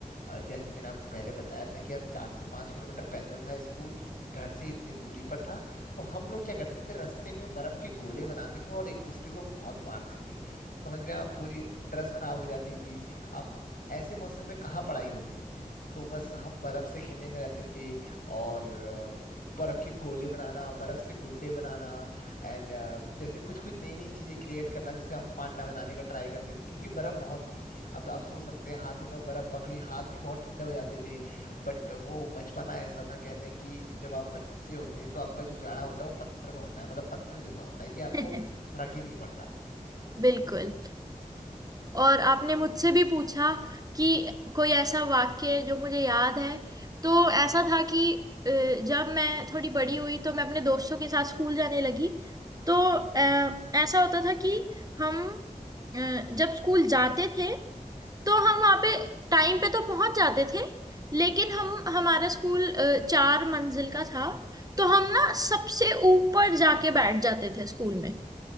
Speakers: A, on the left; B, on the right.
A: अ, जैसे मैंने आपको पहले बताया था कि हम चार से पांच किलोमीटर पैदल था स्कूल घर से इतनी दूरी पर था तो हम लोग क्या करते थे रास्ते में बर्फ के गोले बनाते थे और एक दूसरे को बहुत मारते थे समझ रहे हैं आप पूरी ड्रेस खराब हो जाती थी आप ऐसे मौसम में कहाँ पढ़ाई होती तो बस हम बर्फ से खेलने में रहते थे और अ, बर्फ के गोले बनाना बर्फ से गुड्डे बनाना एंड जैसे कुछ कुछ नई नई चीजें क्रिएट करना जैसे हम पांडा बनाने का ट्राई करते थे क्योंकि बर्फ बहुत थी अब आप सोच सकते हैं हाथों में बर्फ पकड़ी हाथ भी बहुत ठंडे हो जाते थे बट वो बचपना ऐसा था कहते हैं कि जब आप बच्चे होते हैं तो आपका जो जाड़ा होता है वो पत्थर में होता है मतलब पत्थर जैसा होता है कि आपको
B: <laughs>
A: फर्क ही नहीं पड़ता
B: बिल्कुल और आपने मुझसे
A: तो
B: भी पूछा कि कोई ऐसा वाक्य जो मुझे याद है तो ऐसा था कि अ, जब मैं थोड़ी बड़ी हुई तो मैं अपने दोस्तों के साथ स्कूल जाने लगी तो
A: बिल्कुल
B: अ, ऐसा होता था कि हम अ, जब स्कूल जाते थे तो हम वहाँ पे टाइम पे तो पहुंच जाते थे लेकिन
A: हाँ
B: हम हमारा स्कूल अ, चार मंजिल का था तो हम ना सबसे ऊपर जाके बैठ जाते थे स्कूल में